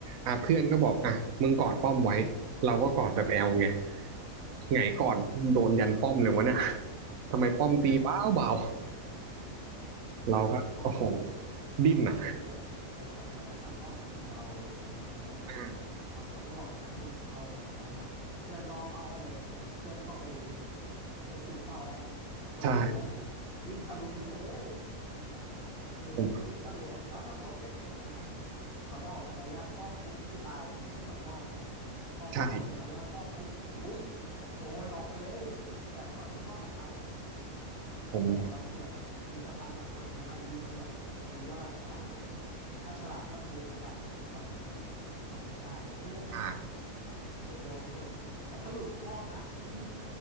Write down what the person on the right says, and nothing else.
อ่ะเพื่อนก็บอกอ่ะมึงกอดป้อมไว้เราก็กอดแบบแอลไง ไงก่อนโดนยันป้อมเลยวะเนี่ย ทำไมป้อมตีเบาเบา
ๆเราก็โอ้โห
ดิ้นอ่ะ
อ่า
ใช่
ผม
ใช่
ผม
อ่า